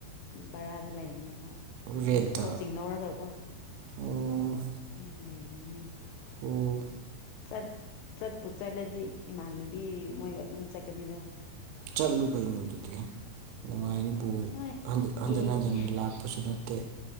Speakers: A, on the left (about 80°); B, on the right (about 85°).
A: ꯕꯔꯥꯗ ꯂꯩꯕꯅꯦꯕ ꯑꯗꯨꯝ
B: ꯔꯦꯟꯇ
A: ꯀꯣꯆꯤꯡ ꯂꯧꯔꯒꯀꯣ
B: ꯑꯣ
A: ꯑꯗꯨꯝ ꯂꯩꯕꯅꯦ
B: ꯑꯣ
A: ꯆꯠ ꯆꯠꯄꯨ ꯆꯠꯂꯗꯤ ꯏꯃꯥꯟꯅꯕꯤ ꯃꯣꯏꯒ ꯑꯗꯨꯝ ꯆꯠꯀꯅꯤꯗ
B: ꯆꯠꯂꯨ ꯀꯩꯅꯣ ꯑꯗꯨꯗꯤ ꯅꯨꯡꯉꯥꯏꯅꯤ ꯕꯣꯜ
A: ꯍꯣꯏ
B: ꯍꯟꯖꯤꯟ
A: ꯌꯦꯡꯒꯦ
B: ꯍꯟꯖꯤꯟꯅ ꯂꯥꯛꯄꯁꯨ ꯅꯠꯇꯦ